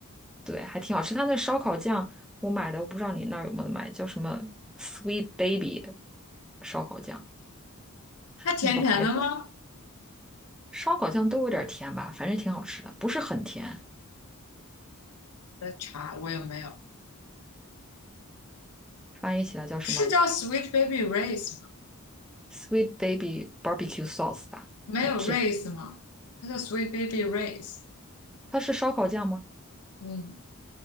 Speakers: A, in the centre; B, on the left (about 85°).
A: 对，还挺好吃。他那烧烤酱我买的，我不知道你那儿有没有买，叫什么 Sweet Baby 烧烤酱
B: 它甜甜的吗？
A: 那个牌子，烧烤酱都有点甜吧，反正挺好吃的，不是很甜，
B: 的茶我有没有？
A: 翻译起来叫什么
B: 是叫 Sweet Baby r a c e 吗？
A: Sweet Baby Barbecue Sauce 吧，
B: 没有
A: 叫甜。
B: r a c e 吗？它叫 Sweet Baby r a c e
A: 它是烧烤酱吗？
B: 嗯，